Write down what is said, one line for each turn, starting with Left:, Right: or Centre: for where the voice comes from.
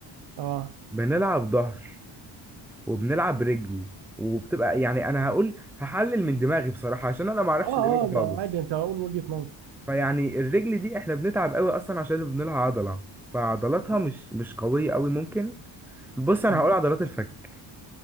Right: اه
Centre: بنلعب ظهر وبنلعب رجل وبتبقى يعني انا هقول هحلل من دماغي بصراحة عشان انا معرفش
Right: اه
Centre: الاجابة
Right: اه ما
Centre: خالص
Right: هو عادي انت اقول وجهة نظر
Centre: فيعني الرجل دي احنا بنتعب قوي اصلا عشان بنلعب عضلة فعضلاتها
Right: اه
Centre: مش مش قوية قوي ممكن بص انا
Right: اه
Centre: هقول عضلات الفك